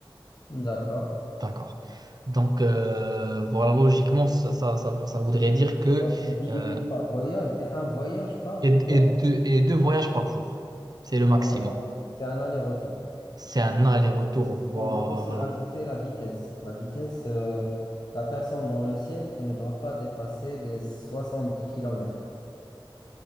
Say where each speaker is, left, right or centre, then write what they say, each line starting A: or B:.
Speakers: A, on the left (about 50°); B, on the right (about 50°).
A: d'accord.
B: D'accord. Donc, euh, voilà, logiquement, ça, ça, ça- ça voudrait dire que
A: Donc, 10
B: euh,
A: minutes par voyage et un voyage par
B: et,
A: quoi?
B: et deux, et deux voyages par jour, c'est le
A: Deux
B: maximum.
A: voyages. Donc, c'est un aller-retour.
B: C'est un aller-retour, voilà.
A: On doit aussi rajouter la vitesse. La vitesse, euh, la personne dans le ciel, elle ne doit pas dépasser les 70 km.